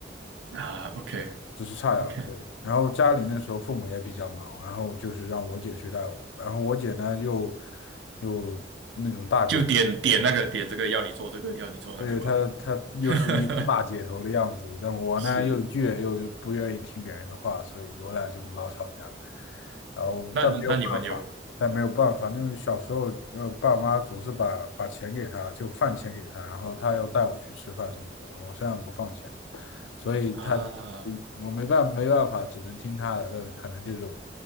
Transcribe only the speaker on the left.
只是差两岁。
然后家里那时候父母也比较忙，然后就是让我姐去带我，然后我姐呢又又。那种大姐。
对，她，她又是一副大姐头的样子，
但我呢又倔，
又又不愿意听别人的话，所以我俩就老吵架。然后，
但没有办法，但没有办法，那种小时候，呃，爸妈总是把把钱给她，就饭钱给她，然后她要带我去吃饭什么的，我身上不放钱，所以她，
嗯我没办没办法，只能听她的。但是可能这种，